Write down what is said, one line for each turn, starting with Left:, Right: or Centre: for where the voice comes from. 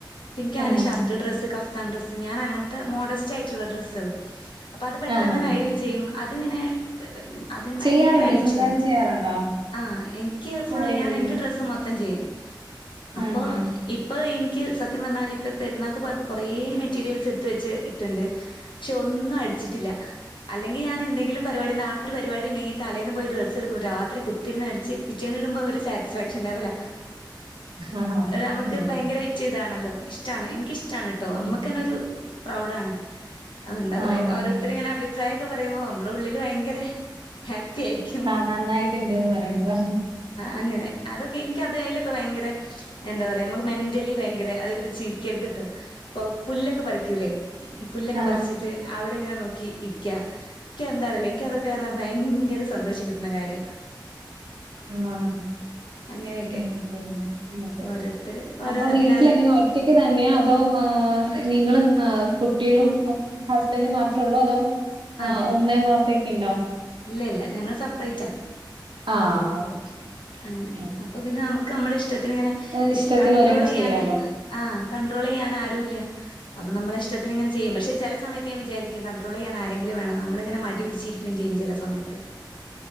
Left: പിന്നക്ക് ആനെ
Right: ആഹ്
Left: ഷർട്ട്
Right: ആഹ്
Left: ഡ്രസ് കഫ് ത്താ ഡ്രസ്സ് ഞൻ അങ്ങനത്തെ മോഡസ്റ്റ് ആയിട്ടുള്ള ഡ്രസ് അപ്പ അത് പെട്ടെന്ന്
Right: ആഹ് ആഹ്
Left: കഴിവയും
Right: ആഹ്
Left: ചെയ്യും അതിങ്ങനെ അതിന് ഭയങ്കര
Right: ചെയ്യാറുണ്ട്
Left: അഡിക്ഷന്
Right: സ്വന്തമായിട്ട് ചെയ്യാറുണ്ടോ
Left: ആ എനിക്ക് ഫുള്ള്
Right: അടിപൊളി
Left: ഞാൻ എന്റെ ഡ്രസ്സ് മൊത്തം ചെയ്യും അപ്പോ
Right: ആഹ്
Left: ഇപ്പൊ എനിക്ക് സത്യം പറഞ്ഞാൽ ഇപ്പ പെരുന്നാക്ക് പോയപ്പോ കുറേ മെറ്റീരിയൽസ് എടുത്ത് വെച്ച് ഇട്ടുണ്ട് പക്ഷെ ഒന്നും അടിച്ചിട്ടില്ല അല്ലെങ്കിൽ ഞാൻ എന്തെങ്കിലും പരിപാടി നാ ഒരു പരിപാടി ഉണ്ടെങ്ക തലേൽന്ന് പോയി ഡ്രസ്സെടുക്കും രാത്രി കുത്തിരുന്ന് അടിച്ച് പിറ്റേന്നിടുമ്പോ സാറ്റിസ്ഫാക്ഷൻ ലെവല
Right: ആഹ് ആഹ്
Left: നമുക്ക്
Right: ഉം
Left: ഭയങ്കരായിറ്റ് ഇതാണല്ലോ ഇഷ്ടമാണ് എനിക്ക്ഷ് റ്റാണ് ട്ടോ
Right: ആഹ്
Left: അമ്മക്കന്നെ ഒരു പ്രൗഡാണ് എന്താ പറയാ
Right: ആഹ്
Left: ഓരോരുത്തർ ഇങ്ങനെ അഭി പ്രായൊക്കെ പറയുമ്പോ നമ്മടെ ഉള്ളിൽ ഭയങ്കര ഹാപ്പി ആയിരിക്കും
Right: ആഹ് നന്നായിട്ട്ണ്ട്ന്ന് പറയുമ്പോ
Left: അങ്ങനെ അതൊക്കെ എനിക്കതേലൊക്കെ ഭയങ്കര എന്താ പറയാ നമ്മക്ക് മെന്റലി ഭയ ങ്കര <unintelligible> ചിരിക്കരുത്ട്ടോ ഇപ്പൊ പുല്ലൊക്കെ പറിക്കൂലേ പുല്ലൊക്കെ
Right: ആഹ്
Left: പറിച്ചിട്ട് അവി ടങ്ങനെ നോക്കി ഇരിക്കാ എക്ക് എന്താറീല്ലാ എനിക്ക് അതൊക്കെ അങ്ങനെ ഭയങ്കര സന്തോഷം കിട്ടുന്ന കാര്യാ
Right: ആ
Left: അങ്ങനെയൊക്കെ.
Right: ഉം ഉം അതെ
Left: ഓരോരുത്തര് ഓരോതാ
Right: അപ്പൊ വീട്ടില്
Left: പിന്നെ അത്
Right: എങ്ങനെ ഒറ്റക്ക് തന്നെയോ അതോ ആ നിങ്ങളും ആ കുട്ടികളും
Left: കൂ
Right: ഹസ് ഹസ്ബൻഡും മാത്രേ ഉള്ളോ അതോ ആ
Left: അതെ
Right: ഉമ്മയും ബാപ്പയും ഒക്ക ഉണ്ടാവും
Left: ഇല്ല ഇല്ല ഞങ്ങള് സപ്പറേറ്റ
Right: ആഹ് ഓക്കെ
Left: അങ്ങനെ
Right: ഉം.
Left: അപ്പൊ പിന്നെ നമുക്ക് ക്ക് നമ്മടെ ഇഷ്ടം ത്തിന് ഇങ്ങനെ
Right: അത് ഇഷ്ടത്തിന്
Left: കൺട്രോൾ
Right: ഓരോന്ന്
Left: ചെയ്യാന്
Right: ചെയ്യാലോ
Left: ആ കൺട്രോൾ ചെയ്യാൻ ആരു രൂല അപ്പൊ നമ്മടെ ഇഷ്ടത്തിങ്ങനെ ചെയ്യാം പക്ഷേ ചെല സമയത്ത് ഞാൻ വിചാരിക്കും കൺട്രോൾ ചെയ്യാൻ ആരെങ്കിലും വേണം നമ്മളിങ്ങനെ മടി പിടിച്ചിരിക്കുകയും ചെയ്യും ചെല സമയത്ത്